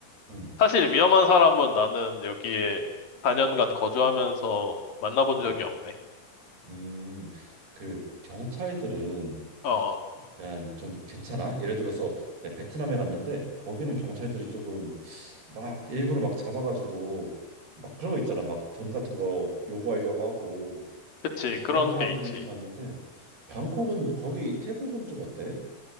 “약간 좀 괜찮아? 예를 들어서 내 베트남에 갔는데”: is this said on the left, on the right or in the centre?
Right